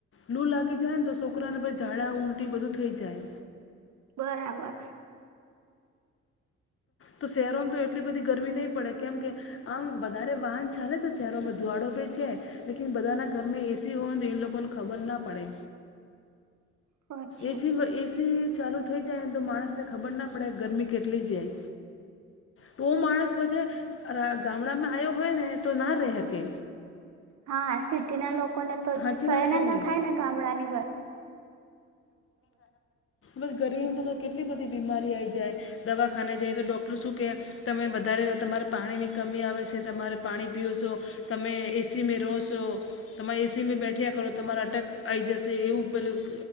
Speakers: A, on the left; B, on the right.
A: લું લાગી જાયને તો છોકરાને પછ ઝાડા ઉઊલટી બધું થઈ જાય.
B: બરાબર.
A: તો શહેરોમાં તો એટલી બધી ગરમી નહી પડે કેમ કે આમ વધારે વાહન ચાલે છે ચારો અમે દુવાડો બી છે. લકીન બધા ના ઘરમે એસી હો તો એન લોકોને ખબર ના પડે.
B: પછી
A: એસી એસી ચાલુ થઈ જાય ને તો માણસને ખબર ના પડે ગરમી કેટલી જાય. તો માણસ પછ ગામડામાં આવ્યો હોય ને તો ના હકે.
B: હા સિટીના લોકોને તો
A: સાચી
B: શયન
A: વાત કે
B: ના
A: નહીં
B: થાય ને ગામડાની ઘર.
A: બસ ગરમીમાં તો કેટલી બધી બીમારી આઈ જાય. દવાખાને જાય તો ડોક્ટર શું કે. તમે વધારે તમારે પાણીની કમી આવે છે તમારે પાણી પીઓ છો. તમે એસીમાં રહો છો. તમા એસીમાં બેઠ્યા કરો તમારા અટક આઈ જશે એવું પેલું.